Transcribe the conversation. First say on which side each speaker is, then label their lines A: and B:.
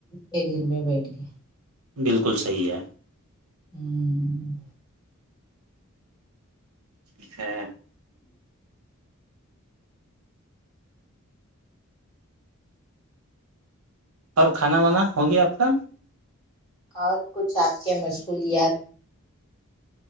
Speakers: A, on the left; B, on the right.
A: ایک گھر میں بیٹھ گئے
B: بالکل صحیح ہے
A: ہوں
B: ٹیک ہے اور کھانا وانا ہوگیا آپ کا
A: اور کچھ آپ کے مشغولیات